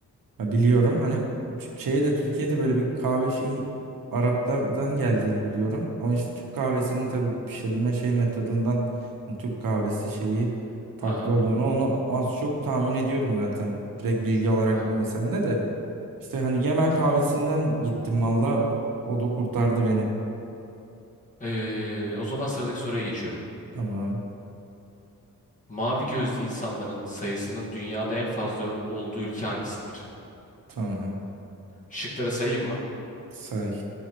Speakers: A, on the right (about 75°); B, on the left (about 20°).
A: Ya biliyorum hani Tü- de Türkiye'de böyle bir kahve şeyi Araplardan geldiğini biliyorum. Ama işte Türk kahvesinin tabii pişirilme şey metodundan yani Türk kahvesi şeyi farklı
B: Aha,
A: olduğunu onu az çok tahmin ediyordum zaten. Direkt bilgi olarak
B: aha.
A: bilmesem de de. İşte hani Yemen kahvesinden gittim valla o da kurtardı beni.
B: Ee, o zaman sıradaki soruya geçiyorum.
A: Tamam
B: Mavi gözlü insanların sayısının dünyada en fazla olduğu ülke hangisidir?
A: tamam
B: Şıkları sayayım mı?
A: say.